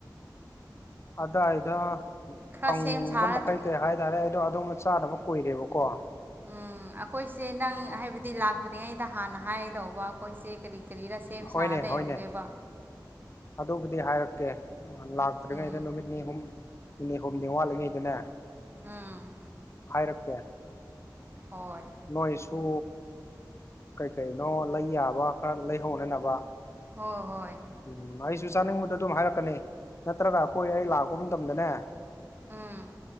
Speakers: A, on the left (about 35°); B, on the right (about 25°).
A: ꯑꯗꯥꯢꯗ
B: ꯈꯔ
A: ꯐꯪꯕ
B: ꯁꯦꯝ ꯁꯥꯔꯒ
A: ꯃꯈꯩ ꯀꯩ ꯍꯥꯢꯇꯥꯔꯦ ꯑꯩꯗꯣ ꯑꯗꯨꯝꯕ ꯆꯥꯗꯕ ꯀꯨꯢꯔꯦꯕꯀꯣ
B: ꯎꯝ ꯈꯣꯢꯁꯦ ꯅꯪ ꯍꯥꯢꯕꯗꯤ ꯂꯥꯛꯇ꯭ꯔꯤꯉꯩꯗ ꯍꯥꯟꯅ ꯍꯥꯢꯒꯗꯧꯕ ꯑꯈꯣꯢꯁꯦ ꯀꯔꯤ ꯀ꯭ꯔꯤꯔꯁꯦꯝ
A: ꯍꯣꯏꯅꯦ
B: ꯁꯥ ꯂꯩꯔꯝꯒꯦꯕ
A: ꯍꯣꯏꯅꯦ ꯑꯗꯨꯕꯨꯗꯤ ꯍꯥꯢꯔꯛꯀꯦ ꯂꯥꯛꯇ꯭ꯔꯤꯉꯩꯗ
B: ꯎꯝ
A: ꯅꯨꯃꯤꯠ ꯅꯤ ꯍꯨꯝ ꯅꯤꯅꯤ ꯍꯨꯝꯅꯤ ꯋꯥꯠꯂꯤꯉꯩꯗꯅꯦ
B: ꯎꯝ
A: ꯍꯥꯢꯔꯛꯇꯦ
B: ꯍꯣꯢ
A: ꯅꯣꯢꯁꯨ ꯀꯩ ꯀꯩꯅꯣ ꯂꯩ ꯌꯥꯕ ꯈꯔ ꯂꯩꯍꯧꯅꯅꯕ
B: ꯍꯣꯢ ꯍꯣꯢ
A: ꯎꯝ ꯑꯩꯁꯨ ꯆꯥꯅꯤꯡꯕꯗ ꯑꯗꯨꯝ ꯍꯥꯢꯔꯛꯀꯅꯤ ꯅꯠꯇ꯭ꯔꯒ ꯑꯩꯈꯣꯢ ꯑꯩ ꯂꯥꯛꯄ ꯃꯇꯝꯗꯅꯦ
B: ꯎꯝ